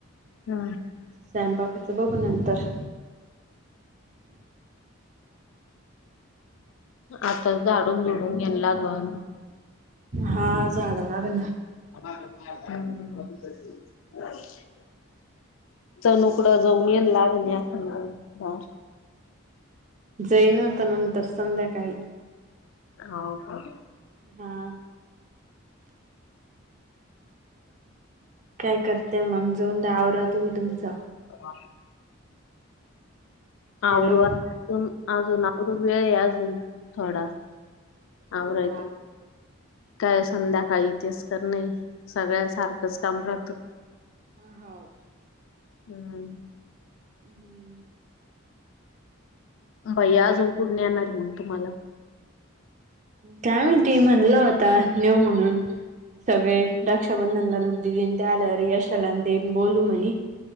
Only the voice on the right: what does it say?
स्वयंपाकाचं बघू नंतर.
हा झाडा लागलना.
जाईन आता नंतर संध्याकाळी.
हा काय करतेय मग जाऊन द्या आवरा तुम्ही तुमचा.
हॅलो
हा
अ होव.
हम्म
काय मणतीये म्हणल होता नेऊ म्हणून. सगळे रक्षाबंधनला रुद्धी देन त्या आल्यावर यशाला तेन बोलू म्हणे.